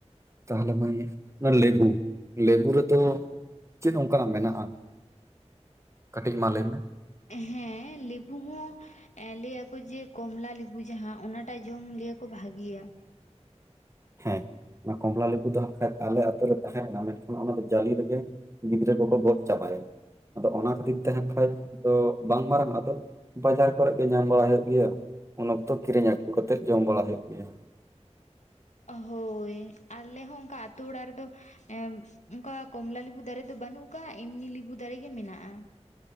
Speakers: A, on the right; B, on the left.
A: ᱛᱟᱦᱞᱮ ᱢᱟᱹᱭ ᱚᱱᱟ ᱞᱮᱵᱩ ᱞᱮᱵᱩ ᱨᱮ ᱛᱚ ᱪᱮᱫ ᱚᱱᱠᱟᱱᱟᱜ ᱢᱮᱱᱟᱜᱼᱟ ᱠᱟᱹᱴᱤᱡ ᱢᱟ ᱞᱟᱹᱭ ᱢᱮ?
B: ᱦᱮᱸ ᱞᱮᱵᱩ ᱦᱚᱸ ᱮᱸ ᱞᱟᱹᱭᱟ ᱠᱚ ᱡᱮ ᱠᱚᱢᱞᱟ ᱞᱮᱵᱩ ᱡᱟᱦᱟᱸ ᱚᱱᱟᱴᱟᱜ ᱡᱚᱢ ᱞᱟᱹᱭᱟ ᱠᱚ ᱵᱷᱟᱜᱤᱭᱟ᱾
A: ᱦᱮᱸ ᱚᱱᱟ ᱠᱚᱢᱞᱟ ᱞᱮᱵᱩ ᱫᱚ ᱦᱟᱸᱜ ᱠᱷᱟᱡ ᱟᱞᱮ ᱟᱛᱳ ᱨᱮ ᱛᱟᱦᱮᱸ ᱞᱮᱱᱟ ᱢᱮᱱᱠᱷᱟᱱ ᱚᱱᱟ ᱫᱚ ᱡᱟᱞᱤ ᱨᱮᱜᱮ ᱜᱤᱫᱽᱨᱟᱹ ᱠᱚᱠᱚ ᱜᱚᱫ ᱪᱟᱵᱟᱭᱟ, ᱟᱫᱚ ᱚᱱᱟ ᱠᱷᱟᱹᱛᱤᱨ ᱛᱮ ᱦᱟᱸᱜ ᱠᱷᱟᱡ ᱫᱚ ᱵᱟᱝ ᱢᱟᱨᱟᱝᱚᱜᱼᱟ ᱟᱫᱚ᱾ ᱵᱟᱡᱟᱨ ᱠᱚᱨᱮ ᱜᱮ ᱧᱟᱢ ᱵᱟᱲᱟ ᱦᱩᱭᱩᱜ ᱜᱮᱭᱟ, ᱩᱱ ᱚᱠᱛᱚ ᱠᱤᱨᱤᱧ ᱟᱹᱜᱩ ᱠᱟᱛᱮᱫ ᱡᱚᱢ ᱵᱟᱲᱟ ᱦᱩᱭᱩᱜ ᱜᱮᱭᱟ᱾
B: ᱦᱳᱭ ᱟᱞᱮ ᱦᱚᱸ ᱚᱱᱠᱟ ᱟᱹᱛᱩ ᱚᱲᱟᱜ ᱨᱮᱫᱚ ᱮᱸ ᱚᱱᱠᱟ ᱠᱚᱢᱞᱟ ᱞᱮᱵᱩ ᱫᱟᱨᱮ ᱫᱚ ᱵᱟᱹᱱᱩᱜ ᱟᱠᱟᱜ-ᱟ ᱮᱢᱱᱤ ᱞᱤᱵᱩ ᱫᱟᱨᱮ ᱜᱮ ᱢᱮᱱᱟᱜ-ᱟ᱾